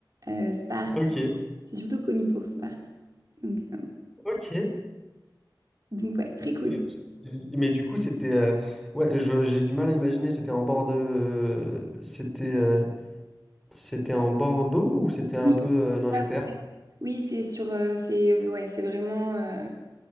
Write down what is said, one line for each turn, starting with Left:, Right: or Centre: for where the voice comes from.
Right: euh, Sparte.
Centre: Ok,
Right: C'est surtout connu pour Sparte. Donc, euh,
Centre: ok.
Right: donc ouais, très cool.
Centre: Et- Mais du coup, c'était... euh, Ouais, je- j'ai du mal à imaginer, c'était en bord de... C'était euh, c'était en bord d'eau ou c'était un
Right: Oui,
Centre: peu euh, dans les
Right: ouais, ouais,
Centre: terres?
Right: ouais. Oui, c'est sur, euh, c'est ouais, c'est vraiment. euh,